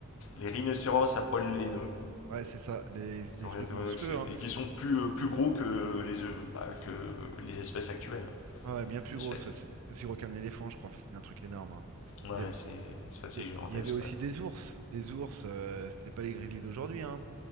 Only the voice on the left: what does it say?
Les rhinocéros à poil laineux,
qui ont
été-
ouais, c'est-
et qui sont plus, euh, plus gros que les, euh, bah, que les espèces actuelles,
de
ce fait.
Ouais,
c'est c'est assez
gigantesque,
ouais.